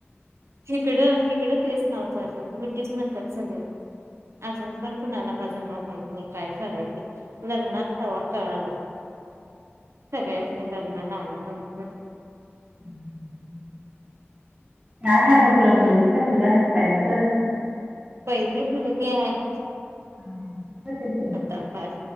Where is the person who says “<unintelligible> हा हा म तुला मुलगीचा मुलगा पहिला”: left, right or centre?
Right